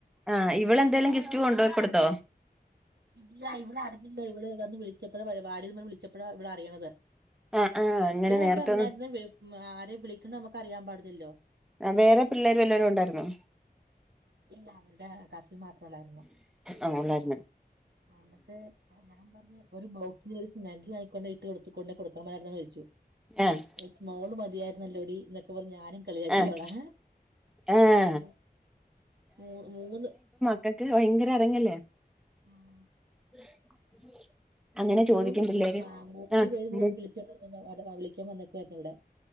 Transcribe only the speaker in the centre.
ആഹ് ഇവള് എന്തേലും ഗിഫ്റ്റ് കൊണ്ടോയി കൊട്ത്തോ?
ആഹ് ആഹ്
അങ്ങനെ നേരത്തൊന്നും
ആഹ്, വേറെ പിള്ളേര് വല്ലവരും ഒണ്ടായിരുന്നോ?
ആഹ് ഉള്ളായിരുന്നു
ആഹ്
ആഹ് ആഹ്
<unintelligible> ക്ക് ഭയങ്കര എറങ്ങല്ലേ.
<unintelligible> അങ്ങനെ
ചോദിക്കും പിള്ളേര്
ആഹ്
ഉം